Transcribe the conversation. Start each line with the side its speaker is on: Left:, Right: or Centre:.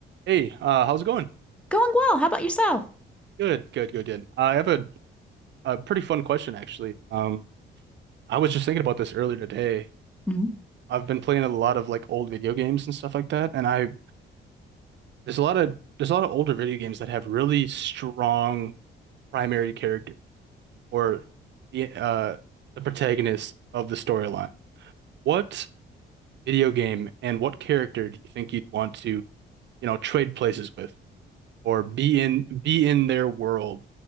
Right: Hey, uh, how's it going?
Centre: Going well. How about yourself?
Right: Good, good, good, good. I have a, a pretty fun question actually. Um, I was just thinking about this earlier today.
Centre: Mhm.
Right: I've been playing a lot of like old video games and stuff like that, and I there's a lot of there's a lot of older video games that have really strong primary characters or the uh the protagonist of the storyline. What video game and what character do you think you'd want to, you know, trade places with or be in be in their world